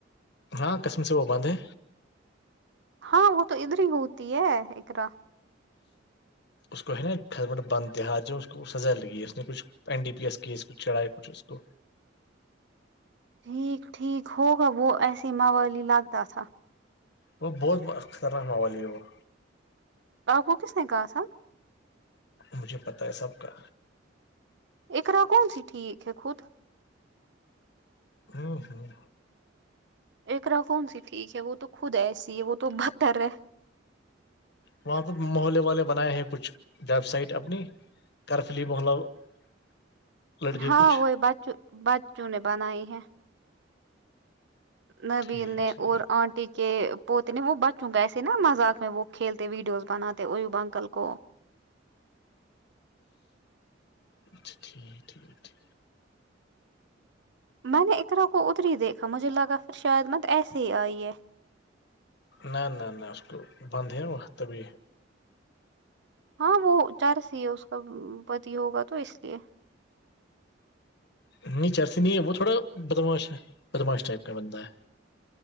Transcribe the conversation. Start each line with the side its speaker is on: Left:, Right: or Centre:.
Left: ہاں قسم سے وہ بندد ہے
Right: ہاں وہ تو ادھر ہی ہوتی ہے ارا
Left: اس کو ہے نا کھ بٹ بندتے ہات جو اس کو سزا لگی ہے اس نے کچھ N D P S case کو چڑھا ہے کچھ اس کو
Right: ٹھیک ٹھیک ہوگا وہ ایسے موالی لگتا تھا
Left: وہ بہت خطرناک ما والی ہے وہ
Right: آاپ وہ کس ن گاسہ
Left: مجھے پتا ہے سب کا
Right: ارا کون سی ٹھیک ہے خود
Left: ہاں ہاں
Right: ایکرا کون سی ٹھیک ہے وہ تو خود ایسی ہے وہ تو بکتر ہے
Left: وہاں پہ محلے والے بنائے ہیں کچھ ویب سائٹ اپنی کرفلی محلہ <inaudible>
Right: ہاں
Left: کچھ
Right: وہی بچوں بچوں نے بنائی ہے نویل
Left: ٹھیک
Right: نے
Left: ٹھیک
Right: اور آنٹی کے پوتے نے وہ بچوں گیسے نا مذاق میں وہ کھیلتے ویڈیوز بناتے اویوب انکل کو
Left: اچھا ٹھیک ٹھیک ٹھیک
Right: میں نے اقرا کو اتری دیکھا مجھے لگا پھر شاید مت ایسے ہی آئی ہے
Left: نہ نہ نہ اس کو بند ہے وہقتبھی
Right: ہاں وہ چار س ہے اس کا پتی ہوگا تو اس لیے
Left: نہیں چرسی نہیں ہے وہ تھوڑا بدماش ہے بدماش ٹائپ کا بندہ ہے